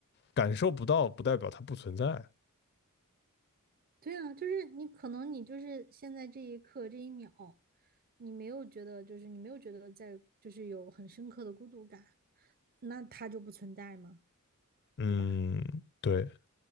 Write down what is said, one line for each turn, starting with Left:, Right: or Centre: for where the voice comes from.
Left: 感受不到不代表它不存在。
Right: 对啊，就是你可能你就是现在这一刻这一秒，你没有觉得就是你没有觉得在就是有很深刻的孤独感，那它就不存在嘛，
Left: 嗯，
Right: 对吧？
Left: 对，